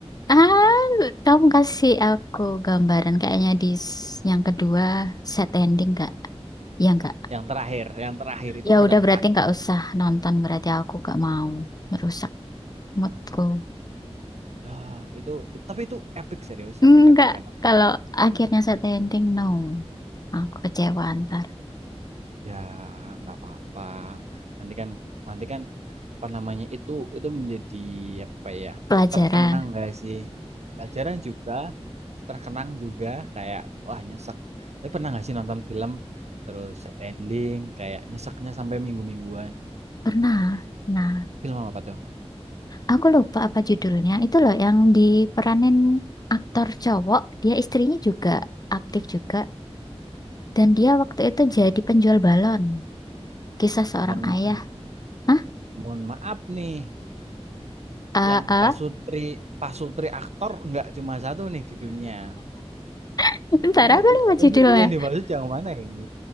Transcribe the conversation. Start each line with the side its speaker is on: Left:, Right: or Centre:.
Left: Ah, kamu kasih aku gambaran kayaknya di s- yang kedua set ending nggak? Ya nggak.
Right: yang terakhir, yang terakhir itu
Left: Ya
Right: kan
Left: udah
Right: ada empat.
Left: berarti nggak usah nonton berarti aku nggak mau merusak moodku.
Right: Lah, itu tapi itu epic serius,
Left: Enggak.
Right: epic epic Venom.
Left: Kalau akhirnya set ending no. Aku kecewa ntar.
Right: Ya, nggak apa-apa. Nanti kan, nanti kan apa namanya itu itu menjadi apa ya?
Left: Pelajaran.
Right: Terkenang gak sih? Pelajaran juga, terkenang juga. Kayak wah nyesek. Tapi pernah nggak sih nonton film terus set ending kayak nyeseknya sampai minggu-mingguan?
Left: Pernah. Nah,
Right: Film apa tuh?
Left: aku lupa apa judulnya. Itu loh yang diperanin aktor cowok. Dia istrinya juga aktif juga. Dan dia waktu itu jadi penjual balon. Kisah seorang
Right: Mohon maaf,
Left: ayah. Hah?
Right: mohon maaf nih.
Left: Ah,
Right: Yang
Left: ah.
Right: pasutri pasutri aktor nggak cuma satu nih di dunia.
Left: <laughs> Ntar
Right: Ini,
Left: aku lupa judulnya.
Right: ini yang dimaksud yang mana ini?